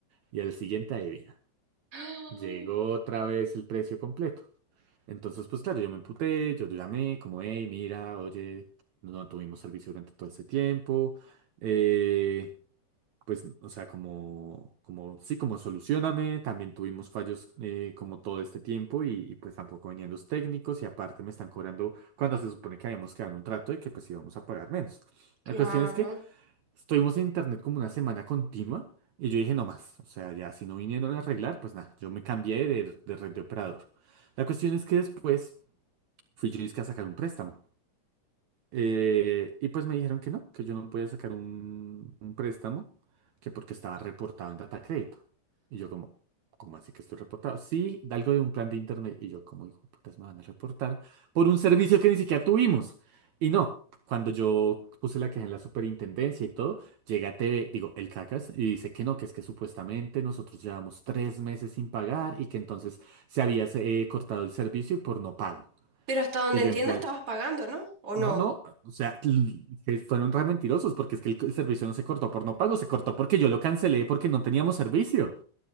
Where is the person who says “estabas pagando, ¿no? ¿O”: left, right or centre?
Right